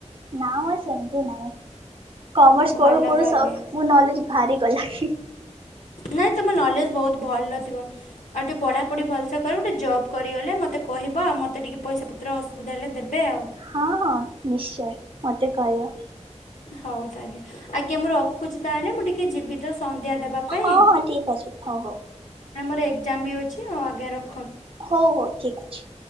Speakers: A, on the right; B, on the left.
A: ନା ମ ସେମିତି ନାହିଁ। କମର୍ସ
B: ଭଲ
A: ପଢୁ ପଢୁ
B: ତାହେଲେ।
A: ସବୁ ନଲେଜ ଭାରିଗଲା।
B: ନାଇଁ ତମ ନଲେଜ ବହୁତ ଭଲ ଥିବ ଆଉ ଟିକେ ପଢାପଢି ଭଲସେ କରିବ ଗଟେ ଜବ କରିଗଲେ ମ ମତେ କହିବ ମତେ ଟିକେ ପଇସାପତ୍ର ଅସବିଧା ହେଲେ ଦେବେ ଆଉ।
A: ହଁ ହଁ ନିଶ୍ଚୟ ମତେ କହିଅ।
B: ହଉ ତାହେଲେ ଆଜ୍ଞା ମୁଁ ରଖୁଛି ତାହେଲେ ମୁଁ ଟିକେ ଯିବି ତ ସନ୍ଧ୍ୟା ଦେବା ପାଇଁ
A: ହଁ ହଁ ଠିକ ଅଛି ହଉ ହଉ।
B: ଏକଜାମ ବି ଅଛି ଆଉ ଆଗେ
A: ହଉ ହଉ ଠିକ ଅଛି।